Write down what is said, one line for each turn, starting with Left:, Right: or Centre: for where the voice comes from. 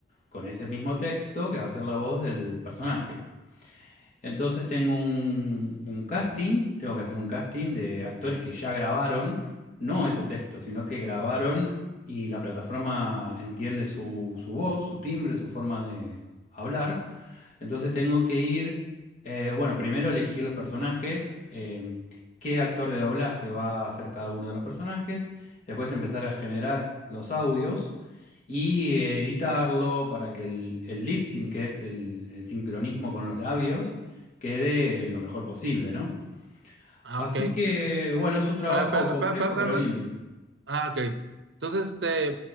Left: con ese mismo texto que va a ser la voz del personaje. Entonces tengo un, un casting, tengo que hacer un casting de actores que ya grabaron, no ese texto, sino que grabaron y la plataforma entiende su, su voz, su timbre, su forma de hablar. Entonces tengo que ir, eh, bueno, primero elegir los personajes, eh, qué actor de doblaje va a hacer cada uno de los personajes, después empezar a generar los audios y eh, editarlo para que el, el lip sync, que es el, el sincronismo con los labios, quede lo mejor posible, ¿no?
Right: Ah,
Left: Así
Right: ok.
Left: que, bueno, es un trabajo
Right: Ah, eh, pa-
Left: complejo
Right: pa- pa- pa-
Left: pero lindo.
Right: ah, ok. Entonces, este,